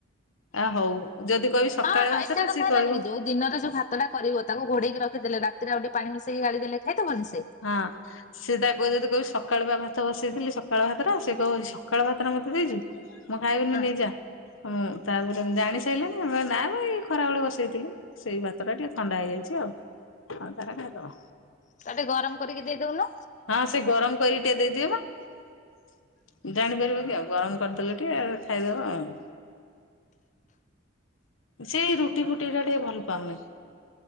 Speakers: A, on the left (about 85°); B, on the left (about 40°).
A: ଆ ହଉ ଯଦି କଇବି ସକାଳେ
B: ହଁ ହଁ
A: ଭାତ
B: ଏକା
A: ଟା
B: କଥା
A: ସିଏ
B: ହେଲାନି
A: କଇବ
B: କି ଯୋଉ ଦିନରେ ଯୋଉ ଭାତ ଟା କରିବ ତାକୁ ଘୋଡେଇକି ରଖିଦଲେ ରାତିରେ ଆଉ ଟିକେ ପାଣି ମିଶେଇକି ଗାଳି ଦେଲେ ଖାଇ ଦବନି ସେ?
A: ହଁ। ସେ ତାକୁ ପା ଯଦି କହିବି ସକାଳୁ ବା ଭାତ ବସେଇଥିଲି ସକାଳୁ ଭାତ ରା କହିବ ସକାଳ ଭାତ ରା ମତେ ଦେଇଚୁ। ମୁଁ ଖାଇବିନି
B: ହଁ।
A: ନେଇଯା। ଉଁ ତାପରେ ମୁଁ ଜାଣି ସାଇଲିଣି ଏ ନା ମ ଏ ଖରାବେେଳେ ବସେଇଥିଲି। ସେଇ ଭାତ ଟା ଟିକେ ଥଣ୍ଡା ହେଇଯାଇଛି ଆଉ ଆଉ ତାର ଖାଇଦବ।
B: ତାକୁ ଟିକେ ଗରମ୍ କରିକି ଦେଇ ଦଉନ?
A: ହଁ ସେ ଗରମ୍ କରିକି ଟିକେ ଦେଇ ଦିଏ ବା ଜାଣିପାରିବ କି ଆଉ ଗରମ କରିଦେଲେ। ଟିଏ ଖାଇଦବ ଆଉ। ସେଇ ରୁ ରୁଟି ଫୁଟି <unintelligible> ଟିକେ ଭଲ୍ ପାଉନି।